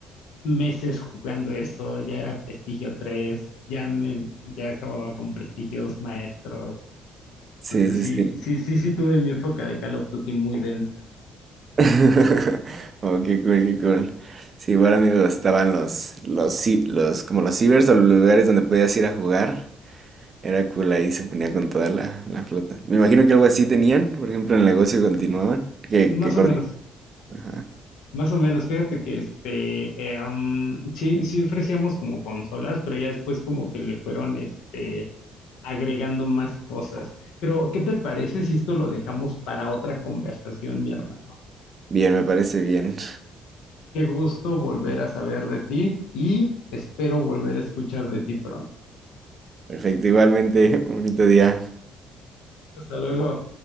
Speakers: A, on the left; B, on the right.
A: meses jugando eso, ya era prestigio tres ya me, ya acababa con prestigios maestros.
B: sí,
A: Entonces
B: sí,
A: sí,
B: sí, sí.
A: sí, sí, sí tuve mi época de Call of Duty muy densa.
B: <laughs> Oh, qué cool, qué cool. Sí, igual a mí me gustaban los, los, ci- los, como los cibers o los lugares donde podías ir a jugar. Era cool, ahí se ponía con toda la, la flota. Me imagino que algo así tenían, por ejemplo, en el negocio continuaban. Que,
A: Más
B: que
A: o
B: coordinaban.
A: menos.
B: Ajá.
A: Más o menos, fíjate que este, eh, am, sí, sí ofrecíamos como consolas, pero ya después como que le fueron este, agregando más cosas. Pero, ¿qué te parece si esto lo dejamos para otra conversación, mi hermano?
B: Bien, me parece bien.
A: Qué gusto volver a saber de ti y espero volver a escuchar de ti pronto.
B: Perfecto, igualmente, bonito día.
A: Hasta luego.